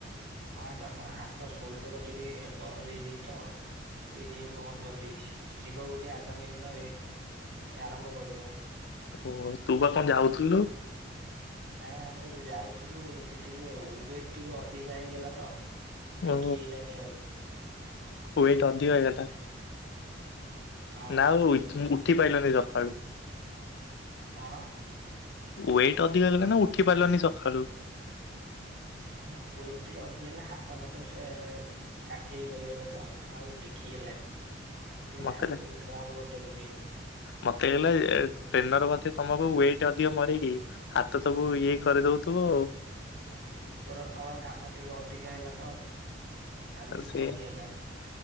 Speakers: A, on the right; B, on the left.
A: କଣ ତା କଣ ହାତ ସୋଲଡର ଟିକେ ଦରଜ ହେଇଯାଇଛି ତ ଟିକେ ଜିମ୍ ବନ୍ଦ କରିଦେଇଛି। ଯିବାକୁ କହୁଚି ଆଗାମୀ ଦିନରେ ଆରମ୍ଭ କରିବ।
B: ଓ, ତୁ ବା କଣ ଯାଉଥୁଲୁ?
A: ନାଇଁ ଆମେ ଯି ଯାଉଥୁଲୁ ସେଠିକି ଆଉ। ୱେଟ୍ ଟିକେ ଅଧିକା ହେଇଗଲା ତ ଟେକି
B: ଓ,
A: ହେଇଲାନି ଆଉ
B: ୱେଟ ଅଧିକ ହେଇଗଲା?
A: ହଁ
B: ନା ଆଉ ଉତ୍-ଉଠି ପାଇଲୁନି ସକାଳୁ।
A: କଣ?
B: ୱେଟ ଅଧିକା ହେଇଗଲା ନା, ଉଠି ପାରିଲନି ସଖାଳୁ?
A: ନାଇଁ ୱେଟ ଟିକେ ଅଧିକ ହେଲା, ହାତ ଫାତ ସେ କାଠେଇ ରହିଗଲା ତ, ଆଉ ଟେକି ହେଲାନି।
B: <inaudible>
A: ଏବେ
B: ମତେ
A: ଆଉ
B: ଲା-
A: ବନ୍ଦ କରିଦେଲୁ ଜିମି।
B: ମତେ ହେଲା ଯେ, ଏ ଟ୍ରେନର ବୋଧେ ତମକୁ ୱେଟ ଅଧିକ ମରେଇକି ହାତ ସବୁ ଇଏ କରେଇ ଦଉଥିବ ଆଉ।
A: ଆ ଟିକେ ଉପର ତଳ କାମ ଟିକେ ଅଧିକା ହେଲା ତ ଆଉ କିଛି
B: ସିଏ,
A: କରି ହେଲାନି